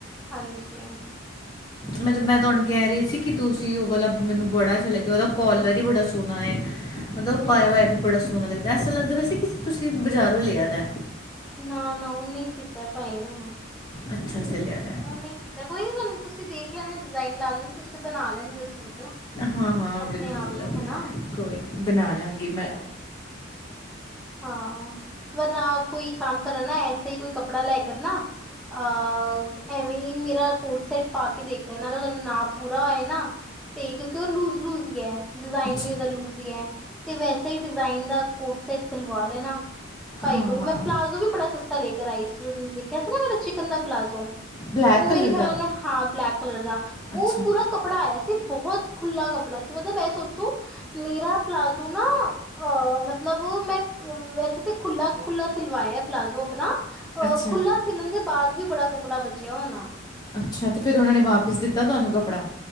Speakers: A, in the centre; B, on the left (about 20°).
A: ਹਾਂਜੀ।
B: ਮਤਲਬ ਮੈਂ ਤੁਹਾਨੂੰ ਕਹਿ ਰਹੀ ਸੀ ਕਿ ਤੁਸੀਂ ਉਹ ਵਾਲਾ ਮੈਨੂੰ ਬੜਾ ਅੱਛਾ ਲੱਗਿਆ ਉਹਦਾ ਕੋਲਰ ਹੀ ਬੜਾ ਸੋਨਾ ਏ। ਮਤਲਬ
A: ਹੂੰ
B: ਪਾਇਆ ਹੋਇਆ ਵੀ ਬੜਾ ਸੋਹਣਾ ਲੱਗਦਾ ਐਸਾ ਲੱਗਦਾ ਪਿਆ ਸੀ ਕਿ ਤੁਸੀਂ ਬਜ਼ਾਰੋ ਲਿਆ ਦੇ।
A: ਨਾ-ਨਾ ਉਨੇ ਹੀ ਸੀਤੇ ਭਾਈ ਨੇ
B: ਅੱਛਾ ਸੇ ਲਿਆ ਦਾ ਹੈ
A: ਉਨੇ ਸੀ ਤੇ ਕੋਈ ਨੀ ਤੁਹਾਨੂੰ ਤੁਸੀਂ ਦੇਖ ਲੈਣਾ ਡਿਜ਼ਾਇਨ ਲਾ ਲੈਣੇ ਤੁਸੀਂ ਬਣਾ ਲੈਦੇ ਹੋ ਸੂਟ।
B: ਹਾਂ-ਹਾਂ
A: ਆਪਣੇ
B: ਬਿਲਕੁਲ
A: ਆਪ ਹਨਾ
B: ਕੋਈ ਨੀ ਬਣਾ ਲਾਂਗੀ ਮੈਂ।
A: ਹਾਂ ਵਰਨਾ ਕੋਈ ਕੰਮ ਕਰਨ ਨਾ ਐਸੇ ਹੀ ਕੋਈ ਕੱਪੜਾ ਲੈ ਕਰ ਨਾ ਅਹ ਐਵੇਂ ਹੀ ਮੇਰਾ ਕੋਟ ਸੈਟ ਪਾ ਕੇ ਦੇਖ ਲੈਣਾ ਅਗਰ ਤੁਹਾਨੂੰ ਨਾਪ ਪੂਰਾ ਹੋਆ ਨਾ ਤੇ ਕਿਉਂਕਿ ਉਹ ਲੂਜ ਲੂਜ ਹੀ ਹੈ ਡਿਜ਼ਾਇਨ
B: ਅੱਛਾ
A: ਵੀ ਉਹਦਾ ਲੂਜ ਹੀ ਹੈ। ਤੇ ਵੈਸਾ ਹੀ ਡਿਜ਼ਾਇਨ ਦਾ ਕੋਟ ਸੈਟ ਸਿਲਵਾ ਲੈਣਾ। ਭਾਈ
B: ਹਾਂ
A: ਕੋਲੂ
B: ਹਾਂ
A: ਮੈਂ ਪਲਾਜ਼ੋ ਵੀ ਬੜਾ ਸਸਤਾ ਲੈ ਕਰ ਆਈ ਸੀ, ਜੋ ਦੇਖਿਆ ਸੀ ਨਾ ਮੇ ਚਿਕਨ ਦਾ ਪਲਾਜ਼ੋ
B: ਬਲੈਕ
A: ਉ
B: ਕਲਰ
A: ਮੇਰੇ ਖਿਆਲ
B: ਦਾ
A: ਨਾਲ ਹਾਂ ਬਲੈਕ ਕਲਰ ਦਾ
B: ਅੱਛਾ
A: ਉਹ ਪੂਰਾ ਕੱਪੜਾ ਆਇਆ ਸੀ ਬਹੋਤ ਖੁੱਲਾਂ ਕੱਪੜਾ ਸੀ ਮਤਲਬ ਏ ਸੋਚੋ ਮੇਰਾ ਪਲਾਜ਼ੋ ਨਾ ਅ ਮਤਲਬ ਮੈਂ ਅ ਵੈਸੇ ਤੇ ਖੁਲਾ ਖੁਲਾ ਸਿਲਵਾਇਆ ਪਲਾਜੋ ਆਪਣਾ ਅ
B: ਅੱਛਾ
A: ਖੁਲਾ ਸਿਲਣ ਦੇ ਬਾਅਦ ਵੀ ਬੜਾ ਕੱਪੜਾ ਬਚਿਆ ਹੋਨਾ
B: ਅੱਛਾ ਤੇ ਫੇਰ ਉਨਾਂ ਨੇ ਵਾਪਿਸ ਦਿੱਤਾ ਤੁਹਾਨੂੰ ਕੱਪੜਾ?